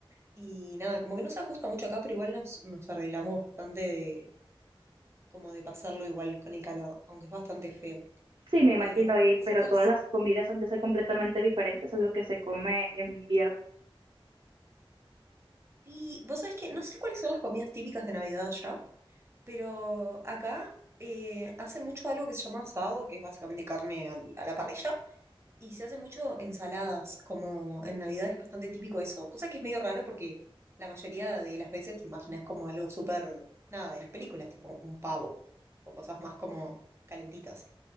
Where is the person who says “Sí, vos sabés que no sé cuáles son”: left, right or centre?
Right